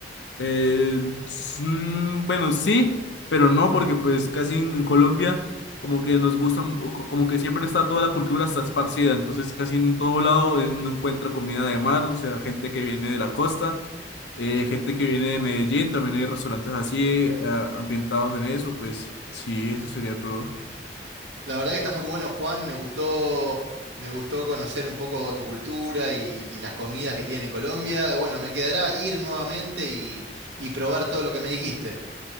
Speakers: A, on the left; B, on the right.
A: Eh, s- mm, bueno, sí, pero no, porque pues casi en, en Colombia como que nos gusta, mu- co- como que siempre está toda la cultura está esparcida, entonces casi en todo lado eh, uno encuentra comida de mar, o sea, gente que viene de la costa, eh, gente que viene de Medellín, también hay restaurantes así eh, ambientados en eso, pues sí, eso sería todo.
B: La verdad que está muy bueno, Juan. Me gustó, me gustó conocer un poco tu cultura y, y las comidas que tienen en Colombia. Bueno, me quedará ir nuevamente y y probar todo lo que me dijiste.